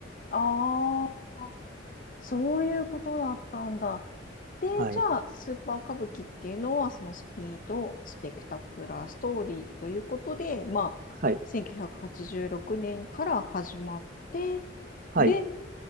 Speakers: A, on the left; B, on the right.
A: ああ、そういうことだったんだ。で、
B: はい。
A: じゃあ、スーパー歌舞伎っていうのは、そのスピード、スペクタクラー、ストーリーということで、まあ、
B: はい。
A: 1986年から始まって、
B: はい。
A: で、